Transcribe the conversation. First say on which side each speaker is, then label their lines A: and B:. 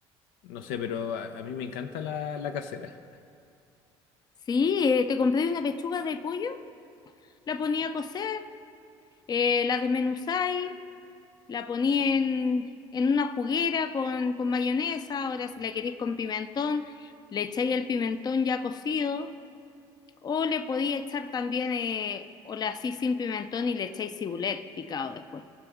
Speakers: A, on the left (about 80°); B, on the left (about 35°).
A: No sé, pero a, a mí me encanta la, la casera.
B: Sí, eh, te compré una pechuga de pollo, la ponía a cocer, eh, la desmenuzáis La ponía en, en una juguera con, con mayonesa, ahora si la queréis con pimentón, le echáis el pimentón ya cocido, o le podéis echar también, eh, o la así sin pimentón y le echáis cibulet picado después.